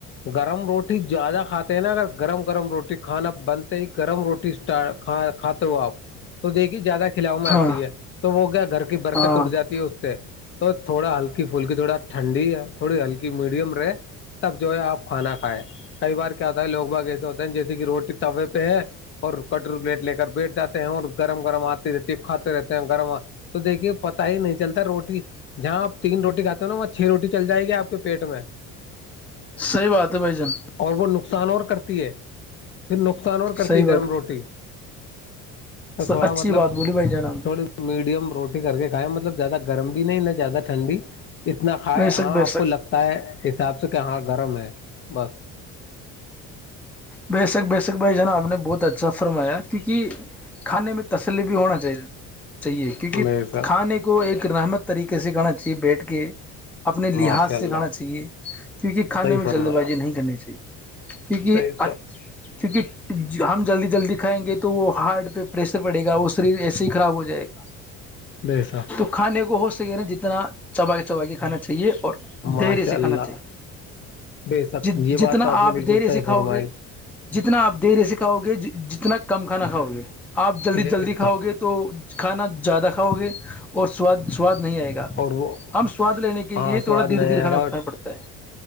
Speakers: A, on the left; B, in the centre.
A: گرم روٹی زیادہ کھاتے ہیں نا اگر گرم گرم روٹی کھانا بنتے ہی گرم روٹی کھاتے ہو آپ تو دیکھیے زیادہ کھلاؤ میں
B: ہاں
A: آتی ہے تو وہ گ گھر کی برکت
B: ہاں
A: اٹ جاتی ہے اس سے تو تھوڑا ہلکی پھلکی تھوڑا ٹھنڈی ہے تھوڑی ہلکی میڈیم رہے تب جو ہے آپ کھانا کھائے کئی بار کیا ہوتا ہے لوگ باگ ایسے ہوتے ہیں جیسے کہ روٹی تے پہ ہے اور کٹری پلیٹ لے کر بیٹھ جاتے ہیں اور گرم گرم آتی رہتی ہے کھاتے رہتے ہیں گرم تو دیکھیے پتا ہی نہیں چلتا روٹی جہاں آپ تین روٹی کھاتے ہو نا وہاں چھ روٹی چل جائے گی آپ کے پیٹ میں
B: صحیح بات ہے بھ جان
A: اور وہ نقصان اور کرتی ہے پھر نقصان اور کرتی
B: صحیح
A: ہے گرم
B: بات
A: روٹی تو تھوڑا
B: اچھی
A: مطلب
B: بات بولی بھائی جان آپ نے
A: تھوڑی میڈیم روٹی کر کے کھایا مطلب زیادہ گرم بھی نہیں نہ زیادہ ٹھنڈی اتنا کھائے
B: بے
A: ہاں
B: شک بے
A: آپ
B: شک
A: کو لگتا ہے حساب سے کہ ہاں گرم ہے بس
B: بےسک بیسک بھائی ج نا آپ نے بہت اچھا فرمایا کیونکہ کھانے میں تسلی بھی ہونا چاہیے چاہیے کیونکہ
A: بے شک
B: کھانے کو ایک رحمت طریقے سے کرنا چاہیے بیٹھ کے اپنے لحاظ
A: ماشاء
B: سے
A: اللہ
B: کھانا چاہیے کیونکہ کھانے
A: صحیح
B: میں
A: فرمایا
B: جلد بازی نہیں کرنی چاہیے کیونکہ
A: بے
B: ا
A: شک
B: چونکہ ہم جلدی جلدی کھائیں گے تو وہ ہارٹ پہ پریشر پڑے گا وہ شریر ایسے ہی خراب ہو جائے گا
A: بییسا
B: تو کھانے کو ہو سکے نا جتنا چباک کے چباک کے کھانا چاہیے اور
A: ماشاء
B: دھیر سےکھھانا
A: اللہ
B: چاہیے
A: بے شک
B: ج
A: یہ
B: جتنا
A: بات تو نے
B: آپ
A: بالکل
B: دیر
A: صحیح
B: سے کھاؤ
A: فرمائی
B: گے جتنا آپ دیر ایسے کھاؤ گے جتنا کم کھانا کھاؤ گے آپ جلدی
A: بے
B: جلدی
A: شک
B: کھاؤ گے تو کھانا زیادہ کھاؤ گے اور سواد سواد نہیں آئے گا
A: اور وہ
B: ہم سواد لینے کے
A: ہاں
B: لیے
A: سواد
B: تھوڑا دھیرے
A: نہیں
B: دھیر
A: آئے
B: کھانا
A: گا
B: پکانا
A: اور
B: پڑتا ہے